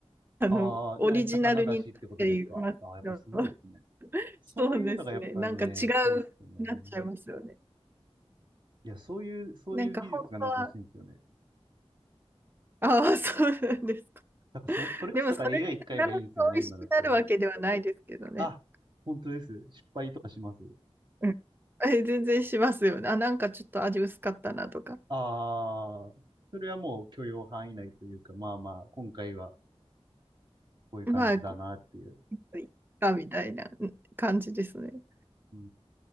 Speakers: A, on the right; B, on the right.
A: あの、
B: ああ、
A: オリジナルになっていますけど。
B: で、あれ魚だしってことですか。ああ、やっぱすごいですね。そういうのがやっぱね、
A: そうですね。なんか違
B: いいっすよね。
A: うなっちゃいますよね。
B: いや、そういう、そういう技術がなんか欲しいんですよね。
A: なんか本当は、ああ、そうなんですか。
B: だからそ、それこそだから
A: でもそれが必ず美味しくなるわけではないですけどね。
B: AI 使えばいいんですよね、今だったらね。あ、本当です。失敗とかします。
A: うん。え、全然しますよね。あ、なんかちょっと味薄かったなとか。
B: ああ、それはもう許容範囲内というか、まあまあ、今回はこういう感じだなっていう。
A: まあ、こういっかみたいなうん感じですね。
B: うー